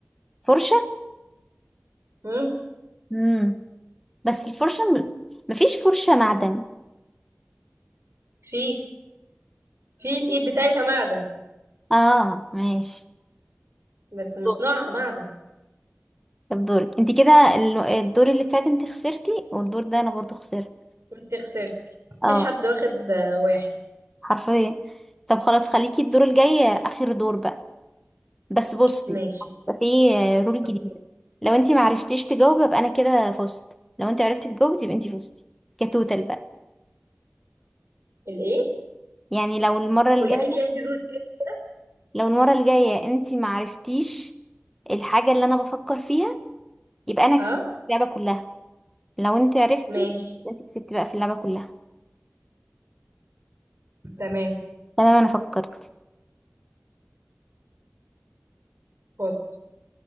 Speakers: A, in the centre; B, on the right.
A: فرشة
B: مم.
A: مم. بس الفرشة م... مفيش فرشة معدن
B: في في الإيد بتاعتها معدن
A: اه ماشي
B: بس مش
A: دور.
B: نوعها معدن
A: طب دورك انت كده ال- الدور اللي فات انت خسرتي والدور ده انا برضو خسرت
B: انت خسرتي مفيش
A: اه
B: حد واخد آه، واحد
A: حرفيا طب خلاص خليكي الدور الجاي اخر دور بقى بس بصي
B: ماشي
A: يبقى في آه، رول
B: بصي
A: جديدة لو انت ما عرفتيش تجاوبي يبقى انا كده فزت لو انت عرفتي تجاوبي تبقى انت فزتي كتوتال بقى
B: الايه
A: يعني لو المرة الجاية
B: قولي ايدي ايدي الرول تاني
A: لو المرة الجاية انت ما عرفتيش الحاجة اللي انا بفكر فيها يبقى انا
B: اه
A: كسبت اللعبة كلها لو انت عرفتي
B: ماشي
A: يبقى انت كسبتي بقى في اللعبة كلها
B: تمام
A: تمام انا فكرت
B: بص